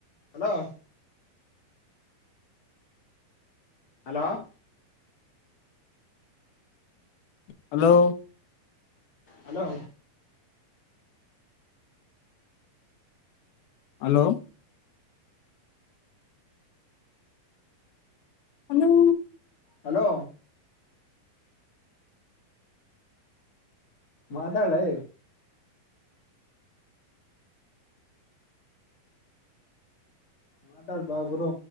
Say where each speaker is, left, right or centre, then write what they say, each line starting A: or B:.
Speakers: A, on the left; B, on the left.
A: hello hello
B: hello
A: hello
B: hello hello
A: hello ಮಾತಾಳೆ ಮಾತಾಡ್ಪಾ ಗುರು